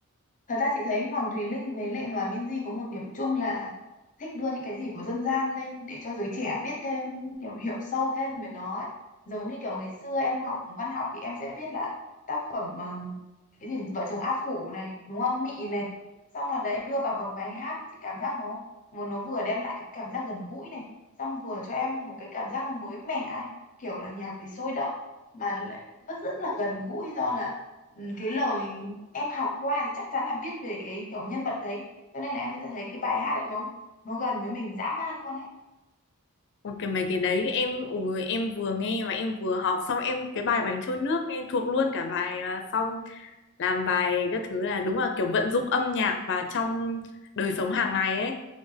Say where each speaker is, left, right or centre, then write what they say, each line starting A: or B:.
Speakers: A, on the left; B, on the left.
A: Thật ra chị thấy Hoàng Thùy Linh với Lệ Hòa Minzy có một điểm chung là thích đưa những cái gì của dân gian lên để cho giới trẻ biết thêm, kiểu hiểu sâu thêm về nó ấy. Giống như kiểu ngày xưa em học văn học thì em sẽ biết là tác phẩm ờm, cái gì vợ chồng A Phủ này, đúng không? Mị này. Xong rồi đấy đưa vào bằng bài hát chị cảm giác nó một nó vừa đem lại cái cảm giác gần gũi này, xong vừa cho em một cái cảm giác nó mới mẻ ấy, kiểu là nhạc thì sôi động mà lại vẫn rất là gần gũi do là ừ, cái lời em học qua thì chắc chắn là biết về cái kiểu nhân vật đấy cho nên là em sẽ thấy cái bài hát này nó nó gần với mình dã man luôn ấy
B: Ôi, cái mấy cái đấy thì em ui, em vừa nghe mà em vừa học xong em cái bài bánh trôi nước em thuộc luôn cả bài à, xong làm bài các thứ là đúng là kiểu vận dụng âm nhạc vào trong đời sống hàng ngày ấy